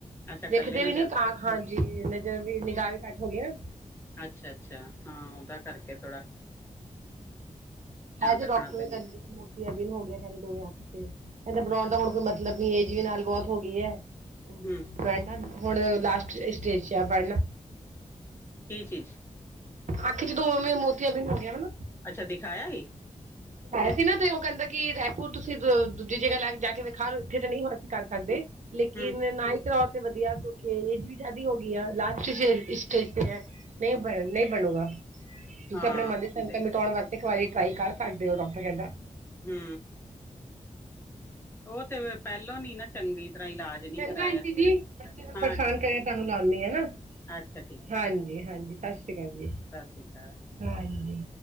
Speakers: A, on the left; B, on the right.
A: ਅੱਛਾ
B: ਵੇਖਦਾ
A: ਕੱਲੇ ਨੀ
B: ਵੀਨੀ
A: ਜਾਂਦੇ
B: ਤਾਂ ਹਾਂਜੀ ਨਜਰ ਵੀ ਨਿਗਾਹ ਵੀ ਘੱਟ ਹੋ ਗਈ ਨਾ।
A: ਅੱਛਾ-ਅੱਛਾ ਹਾਂ ਓਦਾ ਕਰਕੇ ਥੋੜ੍ਹਾ
B: ਹੈ ਜੇ
A: ਰੱਖਣਾ
B: ਡਕਟਰ
A: ਪੈਂਦਾ
B: <unintelligible> ਨ ਹੋ ਗਿਆ ਕੇਦੇ ਦੋਵੇ ਅ ਤੇ ਕੇਦੇ ਬਣੋਣ ਤਾਂ ਹੁਣ ਕੋਈ ਮਤਲਬ ਨੀ ਏਜ ਵੀ ਨਾਲ ਬੋਤ ਹੋ ਗਈ ਏ।
A: ਹੂੰ।
B: ਬਹਿਣਾ ਹੁਣ ਲਾਸਟ ਸਟੇਜ 'ਚ ਆ ਪੜਨਾ
A: ਕੀ ਚੀਜ਼?
B: ਆਖ ਚ ਦੋਵੇ ਮੋਤੀਆ ਬੀਨ ਹੋ ਗਿਆ ਨਾ
A: ਅੱਛਾ ਦਿਖਾਇਆ ਹੀ
B: ਹੈ ਸੀ ਨਾ ਤੇ ਓ ਕੇਦਾ ਕਿ ਰਾਏਪੁਰ ਤੁਸੀ ਦੂਜੀ ਜਗਾ ਲਾ ਜਾ ਕੇ ਰਰ ਕਿਤੇ ਤਾਂ ਨਈ ਹੋ ਅਸੀ ਕਰ ਸਕਦੇ ਲੇਕਿਨ
A: ਹੂੰ
B: ਨਾ ਹੀ ਕਰਾਓ ਤੇ ਵਧੀਆ। ਏਜ ਵੀ ਜਾਦੀ ਹੋ ਗਈ ਆ ਲਾਸਟ ਸਟੇਜ ਤੇ ਐ। ਨਈ ਬਣ ਨਈ ਬਣੂਗਾ, ਤੁਸੀਂ
A: ਹਾਂ
B: ਆਪਣੇ ਮਨ ਦੀ ਸੰਤ
A: ਤੇ
B: ਮਿਟਾਉਣ ਵਾਸਤੇ ਏਕ ਵਾਰੀ ਟਰਾਈ ਕਰ ਛੱਡ ਦਿਓ ਓ ਡਾਕਟਰ ਕੇਦਾ
A: ਹੂੰ। ਓ ਤੇ ਫੇਰ ਪੈਲੋਂ ਨੀ ਨਾ ਚੰਗੀ ਤਰ੍ਹਾਂ ਇਲਾਜ ਨੀ
B: ਚੰਗਾ
A: ਕਰਾਇਆ
B: ਆਂਟੀ ਜੀ ਬੱਚੇ ਨੂੰ
A: ਹਾਂ
B: ਪਰੇਸ਼ਾਨ
A: ਠੀਕ
B: ਕਰ ਤੁਆਨੂੰ ਲਾਦੀ ਆ ਨਾ
A: ਅੱਛਾ ਠੀਕ
B: ਹਾਂਜੀ- ਹਾਂਜੀ ਸਤਿ ਸ੍ਰੀ ਅਕਾਲ ਜੀ
A: ਸਤਿ ਸ੍ਰੀ ਅਕਾਲ
B: ਹਾਜੀ